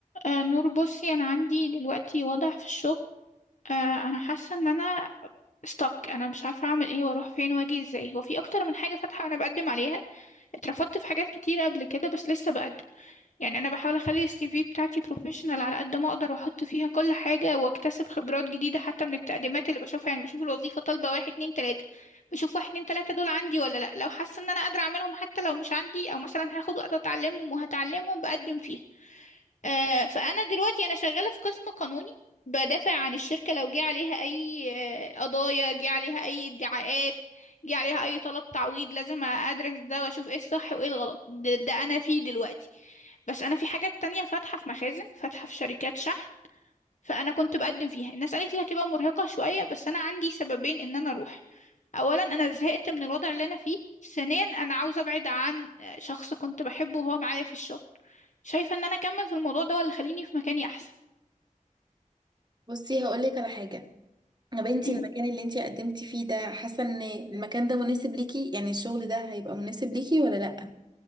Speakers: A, on the left; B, on the right.
A: آه نور بصي انا عندي دلوقتي وضع في الشغل آه انا حاسه ان انا stuck انا مش عارفه اعمل ايه واروح فين واجي ازاي هو في اكتر من حاجه فاتحه وانا بقدم عليها اترفضت في حاجات كتيره قبل كده بس لسه بقدم يعني انا بحاول اخلي السي في بتاعتي بروفيشنال على قد ما اقدر واحط فيها كل حاجه واكتسب خبرات جديده حتى من التقديمات اللي بشوفها يعني بشوف الوظيفه طالبه واحد اتنين تلاته بشوف واحد اتنين تلاته دول عندي ولا لا لو حاسه ان انا قادره اعملهم حتى لو مش عندي او مثلا هاخد وقت اتعلمهم وهتعلمهم بقدم فيها آه، فانا دلوقتي انا شغاله في قسم قانوني بدافع عن الشركه لو جه عليها اي آه، قضايا جه عليها اي ادعاءات جه عليها اي طلب تعويض لازم ادرس ده واشوف ايه الصح وايه الغلط ده, ده انا فيه دلوقتي بس انا في حاجات تانية فاتحه في مخازن فاتحه في شركات شحن فانا كنت بقدم فيها الناس قالت لي هتبقى مرهقه شويه بس انا عندي سببين ان انا اروح اولا انا زهقت من الوضع اللي انا فيه ثانيا انا عاوزه ابعد عن شخص كنت بحبه وهو معايا في الشغل شايفه ان انا اكمل في الموضوع ده ولا خليني في مكاني احسن
B: بصي هقولك على حاجة يا بنتي
A: مم.
B: المكان اللي انتي قدمتي فيه ده حاسة ان المكان ده مناسب ليكي يعني الشغل ده هيبقى مناسب ليكي ولا لأ